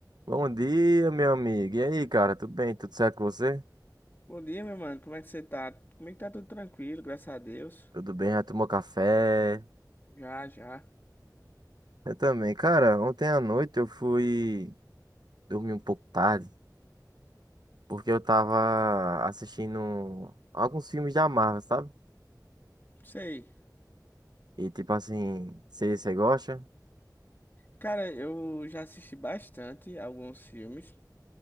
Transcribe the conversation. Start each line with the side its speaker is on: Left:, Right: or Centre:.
Right: Bom dia, meu amigo. E aí, cara? Tudo bem? Tudo certo com você?
Left: Bom dia, meu mano. Como é que você tá? Como é que tá tudo tranquilo, graças a Deus?
Right: Tudo bem? Já tomou café?
Left: Já, já.
Right: Eu também. Cara, ontem à noite eu fui dormir um pouco tarde, porque eu tava assistindo alguns filmes da Marvel, sabe?
Left: Sei.
Right: E tipo assim, se você gosta?
Left: Cara, eu já assisti bastante alguns filmes.